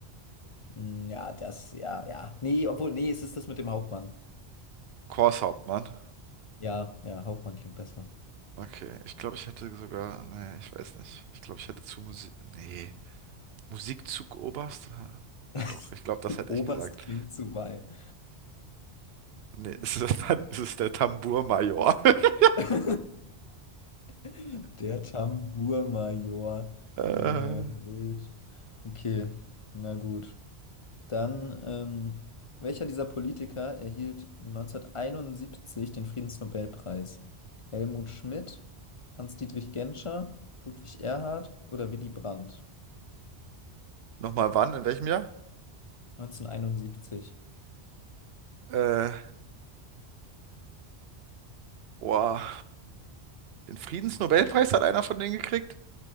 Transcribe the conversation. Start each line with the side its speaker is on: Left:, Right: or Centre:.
Left: Mm, Ja, das, ja, ja. Nee, obwohl, nee, es ist das mit dem Hauptmann.
Right: Chorshauptmann.
Left: Ja, ja, Hauptmann klingt besser.
Right: Okay, ich glaube, ich hätte sogar. Nee, ich weiß nicht. Ich glaube, ich hätte zu Musik. Nee. Musikzugoberst?
Left: <laughs>
Right: Ah, doch, ich glaube, das hätte
Left: Oberst
Right: ich gesagt.
Left: klingt zu weit.
Right: Nee, <laughs> es ist, dann, es ist der Tambourmajor. <laughs>
Left: <laughs> Der Tambourmajor.
Right: Äh,
Left: Junge, wild. Okay, na gut. Dann, ähm, welcher dieser Politiker erhielt 1971 den Friedensnobelpreis? Helmut Schmidt, Hans-Dietrich Genscher, Ludwig Erhard oder Willy Brandt?
Right: nochmal wann? In welchem Jahr?
Left: 1971.
Right: Äh, boah, den Friedensnobelpreis hat einer von denen gekriegt?